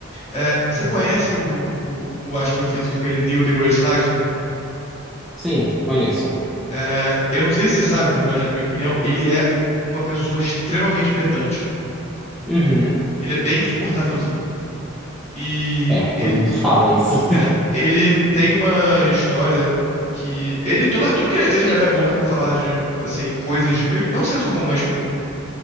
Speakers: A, on the left (about 30°); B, in the centre.
A: É, você conhece o, o, o astrofísico, aquele Neil deGrasse Tyson?
B: Sim, conheço.
A: É, eu não sei se você sabe, pelo menos na minha opinião, ele é uma pessoa extremamente pedante.
B: Uhum.
A: Ele é bem insuportávelzinho. E
B: É, todo
A: ele,
B: mundo fala isso. <laughs>
A: É, ele tem uma história que ele toda, tudo que ele abre a boca pra falar de assim coisas de meio, não senso comum, mas tipo,